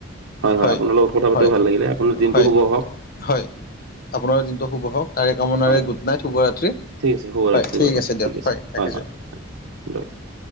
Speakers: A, on the right; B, on the left.
A: হয়-হয়
B: হয়,
A: আপোনাৰ লগত কথা পাতিও
B: হয়,
A: ভাল লাগিলে, আপোনাৰ দিনটো
B: হয়,
A: শুভ হওঁক।
B: হয়। আপোনাৰ দিনটো শুভ হওঁক, তাৰে কামনাৰে
A: হয় হয়,
B: গুড নাইট শুভৰাত্ৰি।
A: ঠিক আছে শুভ
B: হয়
A: ৰাত্ৰি বাৰু
B: দিয়ক
A: ঠিক আছে
B: হয় ৰাখিছোঁ।
A: হয়-হয়-হয় <unintelligible>